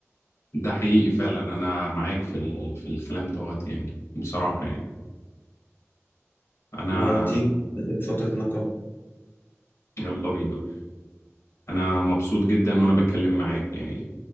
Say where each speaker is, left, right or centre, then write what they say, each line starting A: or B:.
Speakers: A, on the left; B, on the left.
A: ده حقيقي فعلا انا معاك في ال... في الكلام دوت يعني بصراحة يعني انا
B: ما تيجي تاخد فترة نقاهة
A: يلا بينا انا مبسوط جدا وانا بتكلم معاك يعني